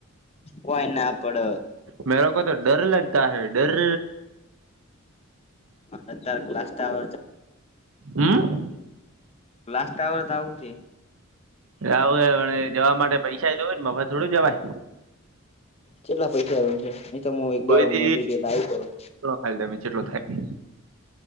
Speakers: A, on the left (about 30°); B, on the right (about 75°).
A: હો એના આપડ
B: મેરો કો તો ડર લગતા હૈ ડર
A: મારે ત્લાસ્ટ્ટર
B: હ
A: લ્લાસ્ટ્ટા વ ધઉું તે
B: આવું એ પણ જવા માટે પૈસા દવું ને મર થોડું જવાય.
A: કેટલા પૈસા આવ છે. તો હું એક
B: કોથીક
A: દાડો મજૂરી લાઈ કરું
B: ખાય તમે જેટલો થાય